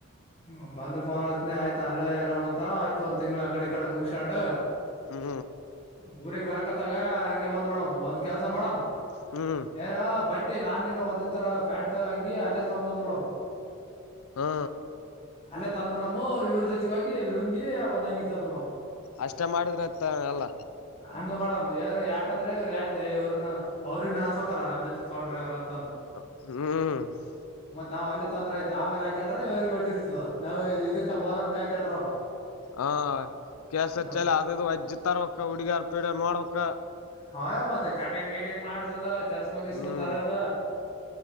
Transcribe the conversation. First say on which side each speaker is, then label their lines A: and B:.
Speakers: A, on the left; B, on the left.
A: ಹ ಬಂದ್ ಫೋನ್ ಹತ್ನ ಆಯ್ತ ಅಲ್ಲೇ ಇರ ಅಂತ ಆಯ್ತು ಒಂದ್ ತಿಂಗಳ ಆ ಕಡೆ ಕಡೆ ಮುಗಸಂಡ
B: ಹ್ಮ್
A: ಊಗ್ ಬರಕ್ ತಗ ಹಂಗೆ ಬಂದ್ ಬಿಡಮ್ ಒಂದ್ ಕೆಲ್ಸ ಮಾಡಮ್
B: ಹ್ಮ್
A: ಏನ ಬಟ್ಟ ನಾನ್ ನೀನು ಒಂದ ತರ ಪ್ಯಾಂಟ್ ಹಂಗಿ ಅಲ್ಲೇ ತಗೊ್ ಬಂದ್ಬಿಡಮ
B: ಹಾ
A: ಅಲ್ಲೇ ತಂದ್ ಬಿಡಮ್ಮ ಇವ್ರ ಜೊತೆಗ ಹೋಗಿ ಲುಂಗಿ ಒಂದ್ ಅಂಗಿ ತಂದ್ ಬಿಡಮ್
B: ಅಷ್ಟೇ ಮಾಡಿದ್ರತ್ತ ಎಲ್ಲ
A: ಹಂಗ ಮಾಡಮ್ ಯಾರ ಯಾಕಂದ್ರೆ ಇವ್ರಗ ಆಯ್ತೆ ಇವ್ರನ ಅವ್ರಗ್ ನ ಅನ್ಪಕಲ್ಲ ನಮ್ಮ ಜೊ ತಗೊಂಡ್ರ ಅವವ್ರ ಅಂತ
B: ಹ್ಮ್
A: ನಾವವು ಅಲ್ಲಿ ತೊಂದ್ರ ಆಯತ ಆೇಲೆ ಹಾಕೊಂಡ್ರೆ ಇವ್ರಗ್ ಹೊಟ್ಟಿರ್ತದ ನಾವವು ಇದಕ್ಕ ಮೋರಮಕ್ ಹಾಕೊಂಡ್ರ
B: ಹಾ ಕೇಸರ್
A: ಮತ್ತೆ
B: ಚಲ್ ಅದದು ವಜ್ಜ ತರ್ವಕ್ಕ ಹುಡುಗಿಯಾರ್ ಪೀಡ ಮಾಡ್ಬೇಕಕ್ಕ
A: ಹ ಮತ್ತೆ ಕಾಟಿಂಗ್ ಗೇಟಿಂಗ ಮಾಡಸದ ಚಸ್ಮಗಸ್ಮ
B: ಹ್ಮ್
A: ತರದ